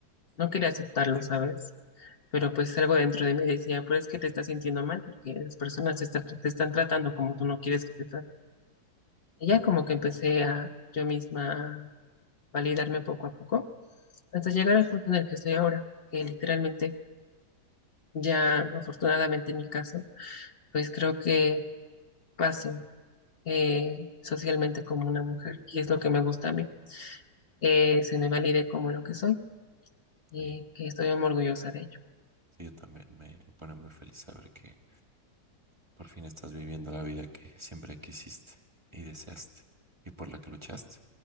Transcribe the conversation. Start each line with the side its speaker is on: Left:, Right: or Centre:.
Left: no quería aceptarlo, ¿sabes? pero pues algo dentro de mí decía, pero es que te estás sintiendo mal porque las personas te están, te están tratando como tú no quieres que te traten. Y ya como que empecé a yo misma a validarme poco a poco hasta llegar al punto en el que estoy ahora, que literalmente ya afortunadamente en mi caso, pues creo que paso eh, socialmente como una mujer y es lo que me gusta a mí, que se me valide como lo que soy y
Right: sí,
Left: que estoy muy orgullosa de ello.
Right: sí, yo también me pone muy feliz saber que por fin estás viviendo la vida que siempre quisiste y deseaste y por la que luchaste.